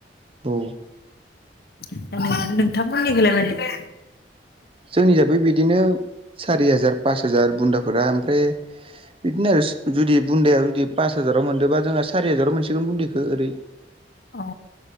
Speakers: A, on the right (about 30°); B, on the left (about 60°).
A: औ
B: <unintelligible> नोंथांमोननिखैलाय मादि?
A: जों हिसाबै बिदिनो सारि हाजार पास हाजार बुन्दाफोरा ओमफ्राय बिदिनो आरो जुदि बुन्दाया जुदि पास हाजाराव मोनदोंबा जोंहा सारि हाजाराव मोनसिगोन बुन्दैखौ ओरै
B: अ